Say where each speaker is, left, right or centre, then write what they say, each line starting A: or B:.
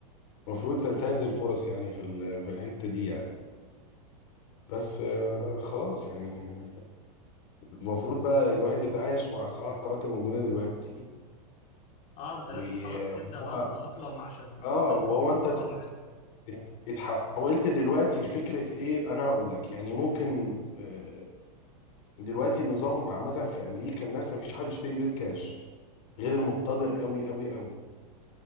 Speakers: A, on the left; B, on the left.
A: المفروض تنتهز الفرص يعني في ال- في الحتة دي يعني بس آه، خلاص يعني المفروض بقى الواحد يتعايش مع اسعار القرارات الموجودة دلوقتي
B: اه انت لازم
A: وهو
B: خلاص تبدا بقى تتاقلم عشان هو
A: اه
B: ده
A: وهو
B: الطبع
A: انت ات-
B: يعني
A: ات- اتحولت دلوقتي لفكره ايه انا هقول لك يعني ممكن آه، دلوقتي النظام عامه في امريكا الناس ما فيش حد بيشتري بيت كاش غير المقتدر قوي قوي قوي